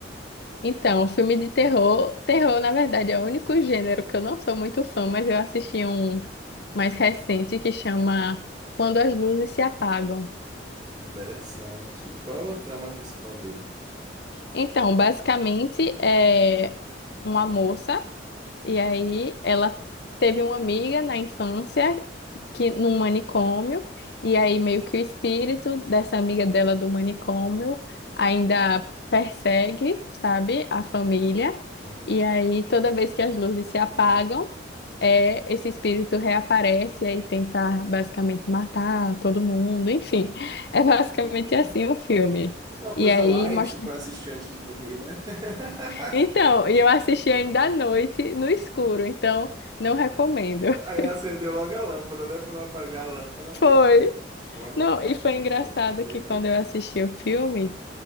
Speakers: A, on the left; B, on the right.
A: Então, filme de terror, terror, na verdade, é o único gênero que eu não sou muito fã, mas eu assisti um mais recente que chama Quando as Luzes Se Apagam.
B: Interessante. Qual é o trama principal dele?
A: Então, basicamente é uma moça e aí ela teve uma amiga na infância que num manicômio e aí meio que o espírito dessa amiga dela do manicômio ainda persegue, sabe, a família.
B: Uhum.
A: E aí toda vez que as luzes se apagam é, esse espírito reaparece e aí tentar basicamente matar todo mundo, enfim. <laughs> É
B: Hum,
A: basicamente assim o filme.
B: Uma
A: E
B: coisa
A: aí
B: light
A: mostra.
B: para
A: <laughs>
B: assistir antes de dormir, né? <laughs>
A: Então, e eu assisti ainda à noite no escuro, então não recomendo. <laughs>
B: Aí acendeu logo a lâmpada, né? Para não apagar a lâmpada mesmo.
A: Foi.
B: Vou anotar
A: Não, e
B: aqui
A: foi engraçado
B: para poder
A: que quando
B: ver.
A: eu assisti o filme,